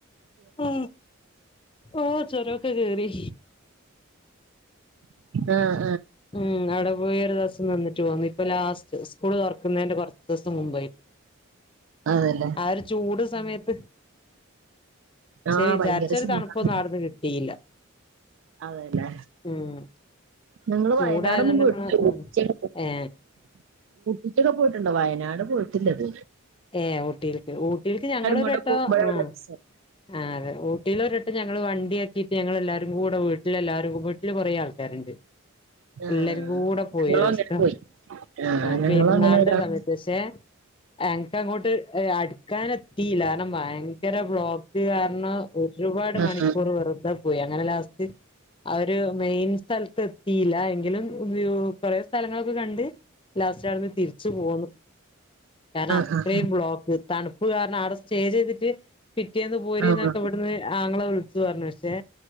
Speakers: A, on the left; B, on the right.
A: ആ ഓ ചൊരൊക്കെ കേറി
B: ആ
A: ഉം അവിടെ പോയി ഒരു ദിവസം നിന്നിട്ട് പോന്നി ഇപ്പൊ ലാസ്റ്റ് ഉസ്കൂള് തൊറക്ക്ന്നേന്റെ കൊറച്ച ദിവസം മുമ്പായിട്ട്
B: അതല്ലേ
A: ആ ഒരു ചൂട് സമയത്ത് പക്ഷെ
B: ആ
A: വിചാരിച്ചൊരു
B: ഭയങ്കര ചൂടാണ്
A: തണുപ്പൊന്നും അവിടുന്ന് കിട്ടിയില്ല
B: അതെല്ലേ
A: ഉം
B: നിങ്ങള്
A: ചൂടായതുകൊണ്ട്
B: വയനാടൊന്നും പോയിട്ടില്ല
A: നമ്മള് ഉം ഏ
B: ഇറ്റൊക്കെ പോയിട്ടുണ്ടോ വയനാട് പോയിട്ടില്ലത്
A: ഏ ഊട്ടിലക്ക് ഊട്ടിക്ക് ഞങ്ങളൊരു
B: കൂടെ
A: ട്ടോ
B: പോകുമ്പോഴാണ്
A: ആ
B: രസം
A: ആ അതെ ട്ടിലൊരിട്ടം ഞങ്ങള് വണ്ടിയാക്കിട്ട് ഞങ്ങളെല്ലാരും കൂടെ വീട്ടിലെല്ലാരും വീട്ടില് കൊറേ ആൾക്കാരുണ്ട്
B: ആഹ്
A: എല്ലാരും കൂടെ പോയിരുസ
B: ഞങ്ങളും അങ്ങനെ പോയി ആഹ്
A: ആ
B: ഞങ്ങളും
A: പെരുന്നാള്ട
B: അങ്ങനെ ഒരാൾ
A: സമയത്ത്ക്ഷെ എനക്കെപ്പയു എ അടുക്കാനെത്തീലരണം ഭയങ്കര ബ്ലോ ഇത് കാരണം ഒരുപാട്
B: ആഹ്
A: മണിക്കൂർ വെറുതാ പോയി അങ്ങനെ ലാസ്റ്റ് അവര് മെയിൻ സ്ഥലത്ത് എത്തിയില്ല എങ്കിലും കൊറേ സ്ഥലങ്ങളൊക്കെ കണ്ട് ലാസ്റ്റ ആട്ന്ന് തിരിച്ചു പോന്നു കാരണം
B: ആഹ്
A: അത്രെം
B: ആഹ്
A: ബ്ലോക്ക് തണുപ്പ് കാരണം ആടെ സ്റ്റേ ചെയ്തിട്ട് പിറ്റേന്ന് പോരി
B: ആഹ്
A: എന്നൊക്കെ ഇവിടുന്ന് ആങ്ങളെ പറഞ്ഞു പക്ഷെ